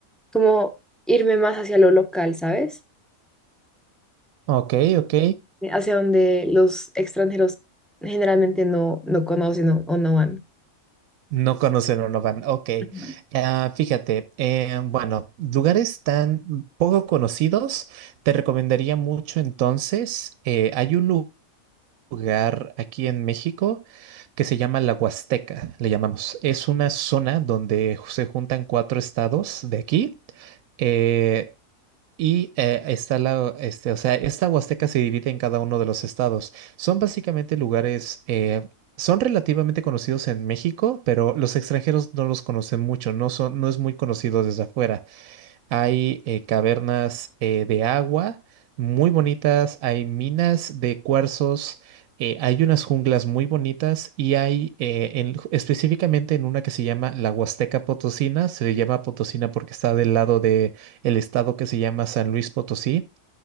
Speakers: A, in the centre; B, on the right.
A: como irme más hacia lo local, ¿sabes?
B: Ok, ok.
A: Hacia donde los extranjeros generalmente no, no conocen o, o no van.
B: No conocen o no van. Ok.
A: Ujú.
B: Ah, fíjate, eh, bueno, lugares tan poco conocidos, te recomendaría mucho entonces. eh, hay un lugar. lugar aquí en México que se llama la Huasteca, le llamamos. Es una zona donde se juntan cuatro estados de aquí. eh, y eh, está la, este, o sea, esta Huasteca se divide en cada uno de los estados. Son básicamente lugares, eh, son relativamente conocidos en México, pero los extranjeros no los conocen mucho, no son, no es muy conocido desde afuera. Hay eh, cavernas eh, de agua muy bonitas, hay minas de cuarzos, eh, hay unas junglas muy bonitas y hay eh, en- específicamente en una que se llama la Huasteca Potosina, se llama Potosina porque está del lado de el estado que se llama San Luis Potosí.